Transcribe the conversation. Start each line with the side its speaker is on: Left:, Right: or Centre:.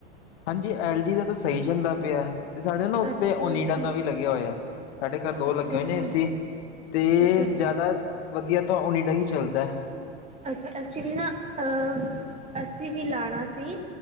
Left: ਹਾਂਜੀ ਐਲ ਜੀ ਦਾ ਤਾਂ ਸਹੀ ਚੱਲਦਾ ਪਿਆ ਤੇ ਸਾਡੇ ਨਾ ਉੱਥਤੇ
Right: ਅੱਛਾ
Left: ਓਨੀਡਾ
Right: ਅੱਛਾ
Left: ਦਾ ਵੀ ਲੱਗਿਆ ਹੋਇਆ ਸਾਡੇ ਘਰ ਦੋ
Right: ਅੱਛਾ
Left: ਲੱਗੇ ਹੋਏ
Right: ਅੱਛਾ
Left: ਨੇ ਏਸੀ ਸੀ ਤੇ
Right: ਅੱਛਾ ਅੱਛਾ
Left: ਜ਼ਿਆਦਾ ਵਧੀਆ ਤਾਂ ਓਨਡਾ ਹੀ ਚੱਲਦਾ
Right: ਅੱਛਾ ਐਕਚੁਲੀ ਨਾ ਅਹ ਅਸੀਂ ਵੀ ਲਾਉਣਾ ਸੀ